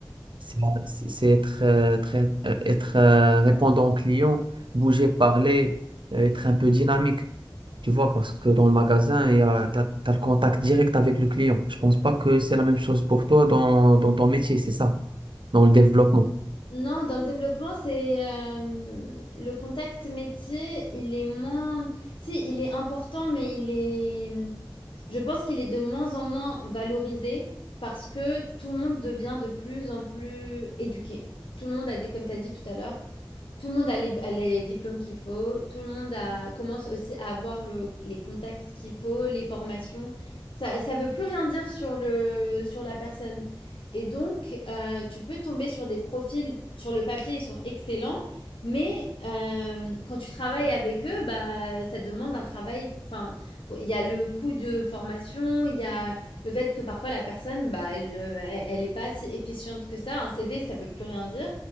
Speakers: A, on the right; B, on the left.
A: C'est c'est- c'est être, euh, très, euh, être euh, répondant au client, bouger, parler, euh, être un peu dynamique. Tu vois, parce que dans le magasin, il y a, t'as, t'as le contact direct avec le client. Je pense pas que c'est la même chose pour toi dans, dans ton métier, c'est ça, dans le développement.
B: Non, dans le développement, c'est hem, le contact métier, il est moins si, il est important, mais il est, mmh, je pense qu'il est de moins en moins valorisé parce que tout le monde devient de plus en plus éduqué. Tout le monde a des comme tu as dit tout à l'heure, tout le monde a les, a les diplômes qu'il faut, tout le monde a- commence aussi à avoir le- les contacts qu'il faut, les formations. Ça, ça veut plus rien dire sur le, sur la personne. Et donc, euh, tu peux tomber sur des profils, sur le papier, ils sont excellents, mais euh, quand tu travailles avec eux, bah, ça demande un travail. Enfin, il y a le coût de formation, il y a le fait que parfois la personne, bah, elle, euh, elle est pas si efficiente que ça. Un CV, ça ne veut plus rien dire.